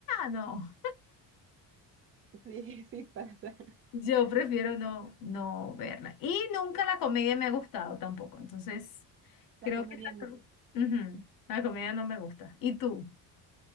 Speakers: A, on the left; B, on the right.
A: No,
B: sí, sí pasa.
A: yo prefiero no, no verla. Y nunca la comedia me ha gustado tampoco, entonces creo
B: La comedia
A: que esa-
B: no.
A: Ujú, la comedia no me gusta. ¿Y tú?